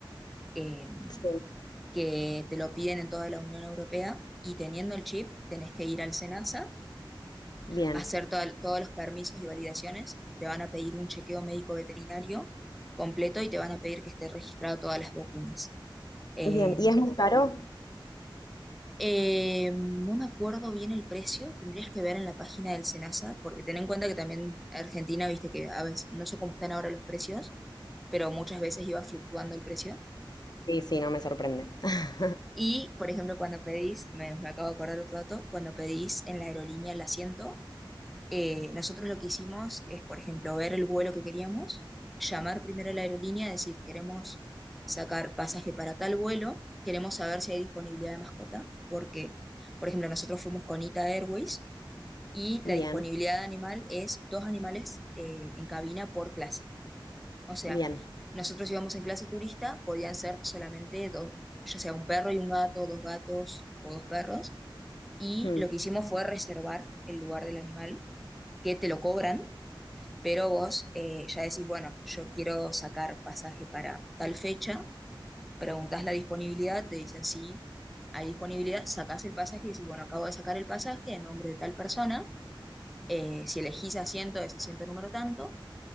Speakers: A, in the centre; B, on the left (about 50°).
A: eh,
B: Sí,
A: que te lo piden en toda la Unión Europea y teniendo el chip tenés que ir al SENASA,
B: bien.
A: hacer to- todos los permisos y validaciones, te van a pedir un chequeo médico veterinario completo y te van a pedir que esté registrado todas las vacunas. Eh,
B: Bien, ¿y es muy caro?
A: eh, no me acuerdo bien el precio, tendrías que ver en la página del SENASA, porque ten en cuenta que también Argentina, viste que a veces, no sé cómo están ahora los precios, pero muchas veces iba fluctuando el precio.
B: Sí, sí, no me sorprende. <laughs>
A: Y, por ejemplo, cuando pedís, me, me acabo de acordar otro dato, cuando pedís en la aerolínea el asiento, eh, nosotros lo que hicimos es, por ejemplo, ver el vuelo que queríamos, llamar primero a la aerolínea, decir, queremos sacar pasaje para tal vuelo, queremos saber si hay disponibilidad de mascota, porque, por ejemplo, nosotros fuimos con Ita Airways y la
B: Bien,
A: disponibilidad de animal es dos animales eh, en cabina por clase. O sea,
B: bien.
A: nosotros íbamos en clase turista, podían ser solamente dos, ya sea un perro y un gato, dos gatos o dos perros. Y
B: Hmm.
A: lo que hicimos fue reservar el lugar del animal, que te lo cobran, pero vos eh, ya decís, bueno, yo quiero sacar pasaje para tal fecha, preguntás la disponibilidad, te dicen sí, hay disponibilidad, sacás el pasaje y decís, bueno, acabo de sacar el pasaje en nombre de tal persona, eh, si elegís asiento es asiento número tanto,